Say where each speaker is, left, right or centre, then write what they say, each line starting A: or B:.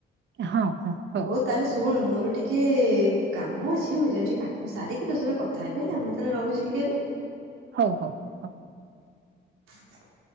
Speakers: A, on the right (about 65°); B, on the right (about 85°).
A: ହଁ ହଁ ହୋଉ।
B: ହଉ ତାହେଲେ ଶୁଣୁ ମୋର ଟିକେ କାମ ଅଛି ମୁଁ ଯାଉଛି କାମ ସାରିକି ତୋ ସହିତ କଠାହେବି ହେଲା, ମୁଁ ତାହେଲେ ରହୁଛି ଟିକେ ଏବେ।
A: ହଉ ହଉ। ହଉ
B: <unintelligible>